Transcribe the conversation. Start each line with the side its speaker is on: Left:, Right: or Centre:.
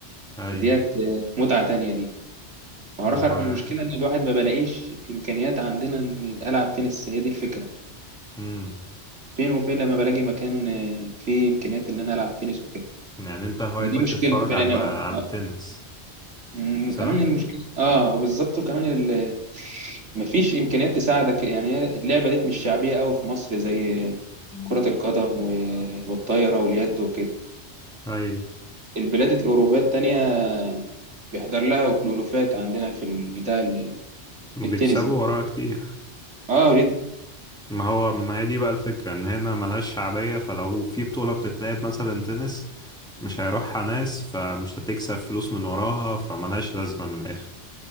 Centre: اي
Right: ديت متعة تانية دي ما
Centre: و
Right: هو اخر المشكلة ان الواحد ما بلاقيش امكانيات عندنا ان العب تنس هي دي الفكرة
Centre: مم.
Right: فين وفين لما بلاقي مكان آه، فيه امكانيات ان انا العب تنس وكده
Centre: يعني انت هوايتك
Right: هي دي مشكلته
Centre: تتفرج
Right: فعلا
Centre: على
Right: يعني،
Centre: الب...
Right: آه،
Centre: على
Right: آه،
Centre: التنس
Right: مم،
Centre: صح؟
Right: وكمان المشكله اه بالظبط وكمان ال... مفيش امكانيات تساعدك يعني هي اللعبه ديت مش شعبيه قوي في مصر زي
Centre: مم.
Right: كره القدم و- والطايره واليد وكده
Centre: اي
Right: البلاد الاوروبيه التانية بيحضر لها كلوفات عندنا في البتاع ال-
Centre: وبيكسبوا
Right: التنس دي
Centre: وراها كتير
Right: اه جدا
Centre: ما هو ما هي دي بقى الفكرة ان هنا ملهاش شعبية فلو في بطولة بتتلعب مثلا تنس مش هيروحها ناس فمش هتكسب فلوس من وراها فملهاش لازمة من الآخر